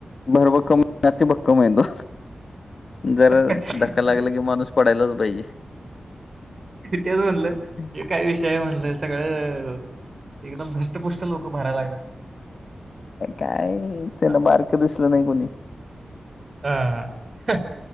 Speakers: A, on the left (about 65°); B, on the right (about 50°).
A: भरभक्कम ते भक्कम आहे वो जरा
B: अरे
A: धक्का लागला की माणूस पडायलाच पाहिजे.
B: तेच म्हणलं
A: हम्म.
B: हे काही विषय आहे म्हणलं सगळं एकदम धस्टपुष्ट लोकं भरायला लागलेत.
A: काय त्यांना
B: हा
A: बारकं दिसलं नाही कोणी.
B: हाहा हं.